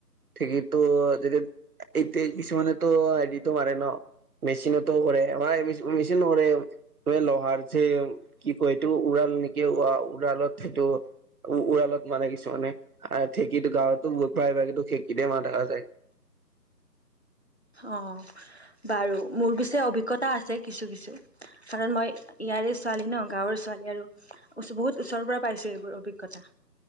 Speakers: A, on the right; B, on the left.
A: ঢেকীটো <unintelligible> এইতি কিছুমানেতো হেৰিটো মাৰে ন। মেচিনতো কৰে মাৰ মেচিন কৰে তুম লোহাৰ যে কি কৰি সেইটো উৰাল নেকি উৰালত সেইটো। উ, ওৰালত মানে কিছুমানে ঢেঁকীটো গাঁৱতো প্ৰাই ভাগো ঢেঁকীতে মা দেখা যায়।
B: অ' বাৰু। মোৰ পিছে অভিজ্ঞতা আছে কিছু কিছু। কাৰণ মই ইয়াৰে ছোৱালী ন' গাঁৱৰ ছোৱালী আৰু বহুত ওচৰৰ পৰা পাইছয় এইবোৰ অভিজ্ঞতা।